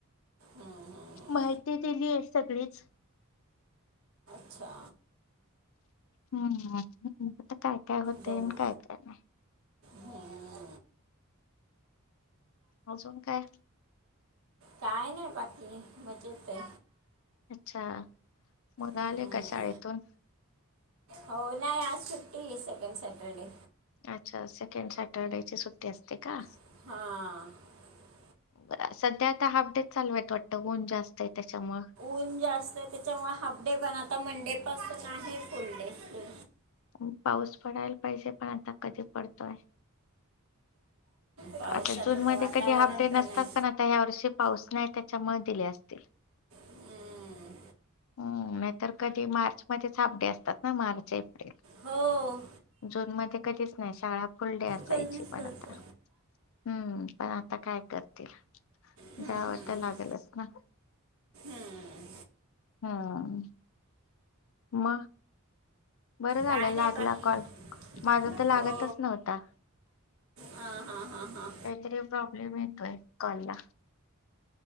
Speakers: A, on the right; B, on the left.
A: हम्म.
B: माहिती दिली आहे सगळीच
A: अच्छा
B: हम्म आता बघू काय काय होतय
A: बघू
B: आणि काय काय नाही.
A: हम्म.
B: अजून काय
A: काय नाही बाकी मजेत हे.
B: अच्छा मुल
A: हम्म.
B: आले का शाळेतून?
A: हो नाही आज सुट्टी सेकंड सॅटरडे
B: अच्छा सेकंड सॅटर्डेची सुट्टी असते का?
A: हा.
B: ब सध्या आता हाफ डे चालू आहेत वाटतं ऊन जास्त आहे तेच्यामुळ
A: ऊन जास्त आहे तेच्यामुळ हाफ डे पण आता मंडेपासून आहे फुल डे फुल
B: खूप पाऊस पडायला पाहिजे पण आता कधी पडतोय.
A: पावसाचं
B: आता जून मध्ये
A: तर वातावरण
B: कधी हाफ डे नसतात
A: नाही
B: पण आता ह्या वर्षी पाऊस नाही तेच्यामुळ दिले असतील.
A: हम्म.
B: हम नाहीतर कधी मार्च मध्येच हाफ डे असतात ना मार्च एप्रिल
A: हो
B: जून मध्ये कधीच नाही शाळा फुल डे असायची
A: कधीच
B: पण
A: असं
B: आता हम्म पण आता काय करत.
A: हम्म,
B: जाव
A: हम्म, हम्म.
B: त लागलच ना?
A: हम्म.
B: हम् म बरं झालं
A: काय नाही
B: लागला
A: बाकी
B: कॉल. माझा
A: हो
B: तर लागतच नव्हता.
A: हां हां हां हां
B: काहीतरी प्रॉब्लेम येतोय कॉलला.